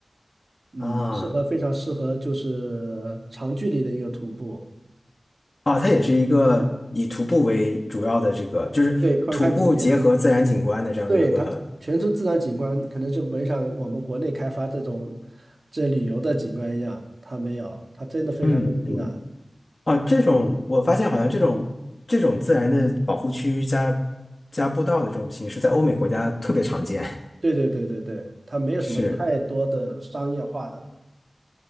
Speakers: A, on the right (about 60°); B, on the left (about 45°).
A: 嗯，
B: 啊
A: 适合非常适合就是长距离的一个徒步，
B: 啊，它也是一个以徒步为主要的这个，就是徒步结合自然景观的这样的一个，
A: 对，观看景点，对，它全是自然景观，可能就没像我们国内开发这种这旅游的景观一样，它没有，它真的非常的自然。
B: 嗯嗯啊，这种我发现好像这种这种自然的保护区加加步道的这种形式，在欧美国家特别常见。<laughs>
A: 对对对对对，它没有什么太多的商业化的。
B: 是